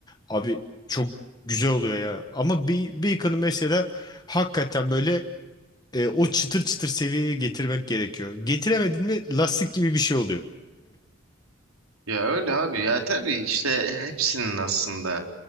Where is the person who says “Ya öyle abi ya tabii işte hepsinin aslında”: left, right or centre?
Right